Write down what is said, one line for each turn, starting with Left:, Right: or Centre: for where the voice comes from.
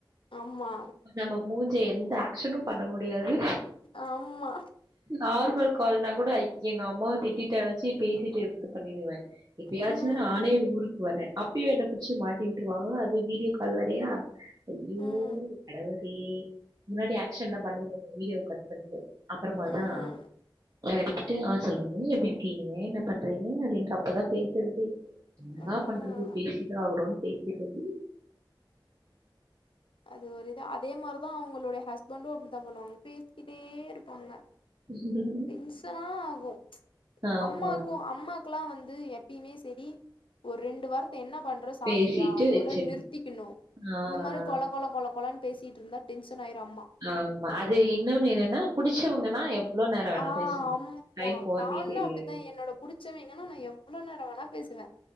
Left: ஆமா
Right: நம்ம மூஞ்ச எந்த ஆக்ஷ்னும் பண்ண முடியாது
Left: ஆமா
Right: நார்மல் கால்னா கூட எங்க அம்மாவ திட்டிடா ஆச்சி பேசிட்டுந் இது பண்ணிடுவே இப்பயாச்சு
Left: ம்
Right: நானே ஊருக்கு வரே அப்பயு என்ன புடிச்சு மாட்டி விட்டுருவாங்களா அது வீடியோ கால் வரையா ஐயோ
Left: ம்
Right: கடவுளே இந்த வாட்டி ஆக்ஷ்ன்லா பண்ணிருந்த வீடியோ கட் பண்ணிட்டு அப்பறமாதா
Left: ம்
Right: எல்லா எடுத்துட்டு ஆ சொல்லுங்க எப்டி இருக்கீங்க என்ன பண்றீங்க அப்படின்ற அப்பதா பேசறதே
Left: ம்
Right: என்னா பண்றது பேசிதா ஆகனு பேசிறது
Left: அது ஒரு இதா அதே மாற்தா அவங்களோட ஹஸ்பண்டு அப்படித்தா பண்ணுவாங்க பே பேசிட்டே இருப்பாங்க
Right: ம்
Left: டென்சனா ஆகு
Right: ஆமா
Left: அம்மாக்கு அம்மாக்குல்லா வந்து எப்பயுமே செரி ஒரு ரெண்டு வார்த்த என்ன பண்ற சாப்ட்டியா
Right: பேசிட்டு
Left: அதோட
Right: வச்சிர்னு
Left: நிறுத்திக்கணு
Right: ஆ
Left: இந்த மாறி
Right: ஆ
Left: கொழ கொழ கொழ கொழனு பேசிட்டு இருந்தா டென்சன் ஆயிரு அம்மா
Right: ஆமா அது இன்னொன்னு என்னன்னா புடிச்சவங்கன்னா எவ்ளோ நேரம் வேணா
Left: அ ஆ
Right: பேசலாம்.
Left: அம்
Right: டைம்
Left: மா
Right: போறதே
Left: நானு
Right: தெரியாது.
Left: அப்டிதா என்னோட புடிச்சவங்கன்னா நா எவ்வளோ நேரோ வேணா பேசுவே